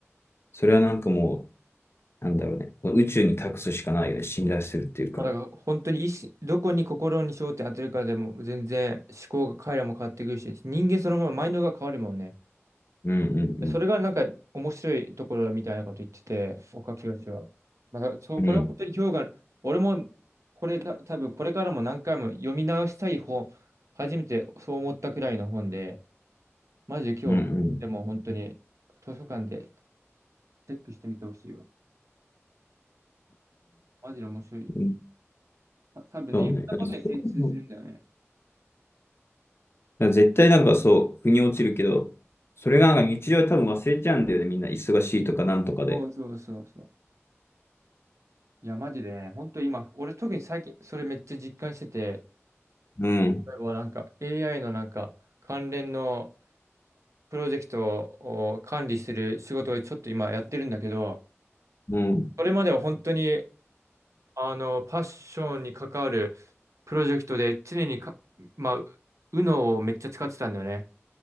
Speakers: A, on the left; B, on the right.
A: それはなんかもう、なんだろうね。この宇宙に託すしかないよね。信頼するっていうか。
B: まあだから本当に意思、どこに心に焦点当てるかでも全然思考が彼らも変わってくるし、人間そのままマインドが変わるもんね。
A: うんうん
B: それがなんか面白いところだみたいなこと言ってて、岡清は。まあ、そう、
A: うん。
B: これは本当に評価、
A: うん
B: 俺もこれた多分これからも何回も読み直したい本、初めてそう思ったくらいの本で、マジで今日、
A: うんうん。
B: でも本当に図書館でチェックしてみてほしいわ。マジで面白いよ。
A: うん
B: た多分ね、
A: そうね。
B: いろんなことに精通するんだよね。
A: だからそういうのだから絶対なんかそう、腑に落ちるけど、それがなんか日常は多分忘れちゃうんだよね、みんな。忙しいとかなんとかで。
B: そうそうそうそう。いや、マジでね、本当今、俺特に最近それめっちゃ実感してて、
A: うん、
B: 例えばなんか AI のなんか関連のプロジェクトを管理する仕事をちょっと今やってるんだけど、
A: うん、
B: それまでは本当に、あの、パッションに関わるプロジェクトで常にか、まあ、UNO をめっちゃ使ってたんだよね。